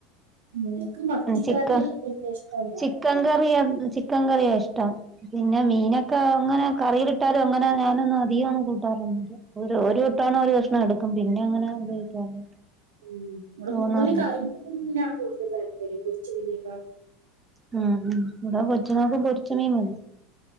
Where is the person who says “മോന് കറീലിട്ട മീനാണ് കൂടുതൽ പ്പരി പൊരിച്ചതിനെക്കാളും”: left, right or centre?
Right